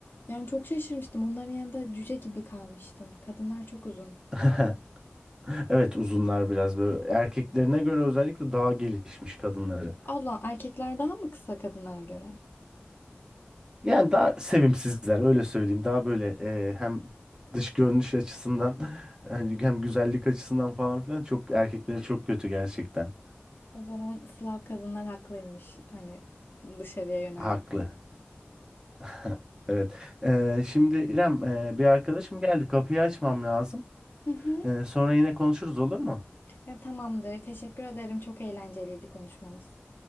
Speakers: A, on the left; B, on the right.
A: yani çok şaşırmıştım. Onların yanında cüce gibi kalmıştım. Kadınlar çok uzun.
B: <laughs> Evet uzunlar biraz böyle. Erkeklerine göre özellikle daha gelişmiş kadınları.
A: Allah erkekler daha mı kısa kadınlara göre?
B: Yani daha sevimsizler öyle söyleyeyim. Daha böyle e, hem dış görünüş açısından <laughs> hani hem güzellik açısından falan filan çok erkekleri çok kötü gerçekten.
A: O zaman Slav kadınlar haklıymış. Hani dışarıya yönelmekte.
B: Haklı. <laughs> Evet. E, şimdi İrem e, bir arkadaşım geldi. Kapıyı açmam lazım.
A: Hı hı.
B: E, sonra yine konuşuruz olur mu?
A: Ya, tamamdır. Teşekkür ederim. Çok eğlenceliydi konuşmamız.